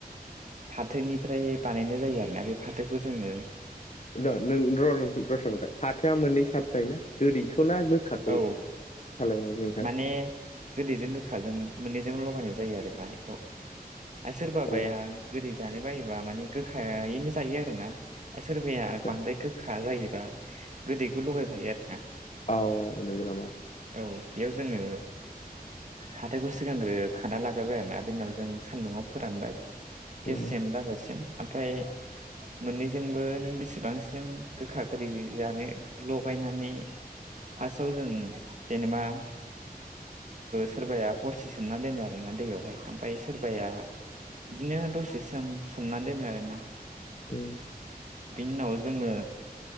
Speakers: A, on the right (about 50°); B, on the left (about 45°).
A: फाथोनिफ्राय बानायनाय जायो आरोना बे फाथोखौ जोङो
B: र नों र रथलाय फाथोआ मोननै सारथ थायो ना गोदैखौ ना गोखाखौ
A: औ
B: खालामो नोंथां
A: माने गोदैजों गोखाजों मोननैजों लगायनाय जायो आरोना बेखौ आरो सोरबाबाया
B: अ
A: गोदै जानो बायोबा माने गोखायैनो जायो आरो ना सोरबाया
B: आदसा
A: बांद्राय गोखा जायोबा गोदैखौ लगायफायो आरो ना
B: औ नोंगौ नामा
A: औ बेयाव जोङो फाथोखौ सिगांग्रो खाना लाग्रोबाय आरोना बे उनाव जों सान्दुंआव फोरानबाय गेस्रेम
B: उम
A: जाजासिम ओमफ्राय मोननैजोंबो नों बेसेबांसिम गोखा गोदै जानो लगायनानै फार्स्टआव जों जेनेबा सोरबाया हरसे सोमनानै दोनो आरो ना दैयावहाय ओमफ्राय सोरबाया बिदिनो दसे सम सोमनानै दोनो आरोना
B: <inaudible>
A: बिनि उनाव जोङो